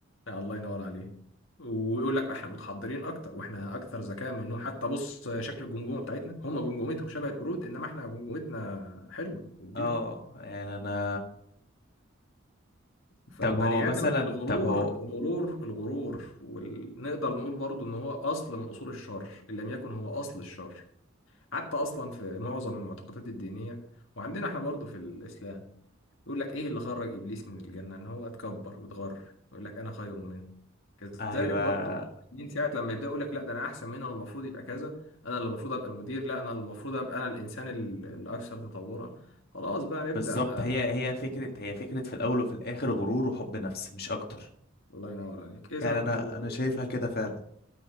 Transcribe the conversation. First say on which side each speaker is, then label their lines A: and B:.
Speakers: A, on the left (about 75°); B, on the left (about 50°).
A: آه، الله ينور عليه ويقول لك احنا متحضرين اكتر واحنا اكثر ذكاء منهم حتى بص شكل الجمجمه بتاعتنا هم جمجمتهم شبه القرود انما احنا جمجمتنا حلوه وكبيره
B: اه يعني انا <laughs>
A: فالبني
B: طب هو مثلا
A: ادم الغرور
B: طب هو
A: الغرور الغرور ونقدر نقول برضو ان هو اصل من اصول الشر ان لم يكن هو اصل الشر حتى اصلا في معظم المعتقدات الدينيه وعندنا احنا برضو في الاسلام يقول لك ايه اللي خرج ابليس من الجنه ان هو اتكبر واتغر يقول لك انا خير منه كذلك
B: ايوه
A: برضو من ساعه لما يبدا يقول لك لا ده انا احسن منه انا المفروض يبقى كذا انا اللي المفروض ابقى المدير لا انا المفروض ابقى انا الانسان ال- الاكثر تطورا خلاص بقى نبدا
B: بالظبط هي هي فكرة هي فكرة في الاول وفي الاخر غرور وحب نفس مش اكتر
A: الله ينور عليك اذا
B: يعني
A: الغرور
B: انا انا شايفها كده فعلا